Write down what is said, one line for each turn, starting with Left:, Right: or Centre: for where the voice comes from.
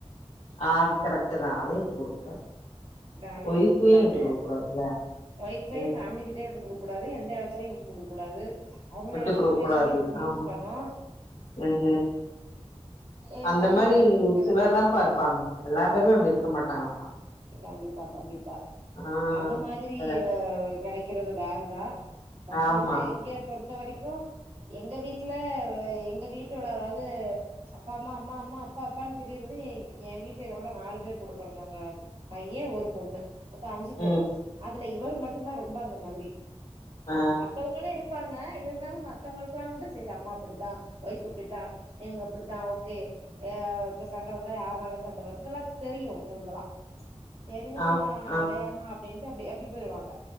Left: ஆ அது கரெக்ட்டு தா அதயு விட்டு குடுக்க கூடாது
Right: ஆ விட்டு
Left: ஒய்ஃபையு
Right: குடுக்க கூடாது
Left: விட்டு குடுக்க கூடாதுல்ல
Right: ஒய்ஃப் சைட்
Left: ம்
Right: ஃபேம்லிக்கிட்டயு விட்டு குடுக்க கூடாது எந்த எடத்துலையு விட்டுக் குடுக்க கூடாது அவுங்களோட
Left: விட்டு
Right: சுச்சுவேஷனயு
Left: குடுக்க கூடாது
Right: புரிஞ்சுக்கணு
Left: ஆமா ம் ம்
Right: ஏ
Left: அந்த
Right: ஒய்ஃப்
Left: மாரி
Right: எப்டிங்கறது
Left: ஒரு சிலர் தான்ப்பா
Right: ஆ
Left: இருப்பாங்க எல்லா பேருமே இப்டி இருக்க மாட்டாங்கப்பா
Right: கண்டிப்பா கண்டிப்பா
Left: ஆ
Right: அந்த மாதிரி
Left: அ
Right: எ கிடை இருக்கிறது ரார்ரு தான் பட்
Left: ஆமா
Right: வந்து இங்க பொறுத்த வரைக்கும் எங்க வீட்ல அ எங்க வீட்டோட அது அப்பா அம்மா அம்மா அம்மா அப்பா அப்பான்னு தெரியறது என் என் வீட்டுக்காரோட நாலு பேர் கூட பொறந்தவங்க பைய ஒரு பொண்ணு மொத்த அஞ்சு பேரு
Left: ம்
Right: அதுல இவர்ரு மட்டும்தான் ரொம்ப அந்த மாதிரி
Left: ஆ
Right: மத்தவங்களும் இருக் காங்க இருந்தாலும் மத்தவங்களுக்குல்லாம் கூட சரி அம்மா அப்டித்தான் ஒய்ஃப் இப்டித்தான் இவுங்க இப்டிதான் ஓகே எ இப்ப சண்ட வந்தா யாருனால சண்ட வருது இதல்லா தெரியும் இவுங்களுக்கெல்லாம் சரிமா
Left: ஆம் ஆ
Right: அடயேம்மா அப்டின்ட்டு அப்டே அப்டி போய்ருவாங்க